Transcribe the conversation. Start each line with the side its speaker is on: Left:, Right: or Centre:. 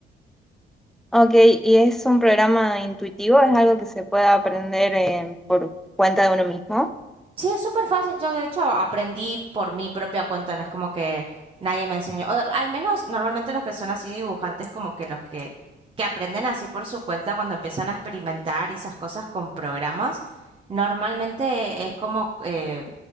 Centre: Ok, ¿y es un programa intuitivo? ¿Es algo que se puede aprender eh, por cuenta de uno mismo?
Right: Sí, es súper fácil. Yo, de hecho, aprendí por mi propia cuenta. No es como que nadie me enseñó. O, al menos, normalmente los que son así dibujantes, como que los que, que aprenden así por su cuenta cuando empiezan a experimentar y esas cosas con programas, normalmente es como eh,